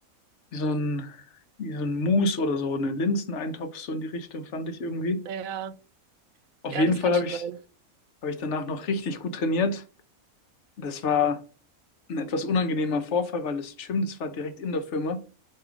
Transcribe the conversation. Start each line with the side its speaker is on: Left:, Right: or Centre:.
Left: wie so ein, wie so ein Mousse oder so, eine Linseneintopf, so in die Richtung fand ich irgendwie.
Right: ja,
Left: Auf
Right: ja,
Left: jeden
Right: das
Left: Fall
Right: kann
Left: habe
Right: schon
Left: ich,
Right: sein.
Left: habe ich danach noch richtig gut trainiert. Das war ein etwas unangenehmer Vorfall, weil das Gym, das war direkt in der Firma.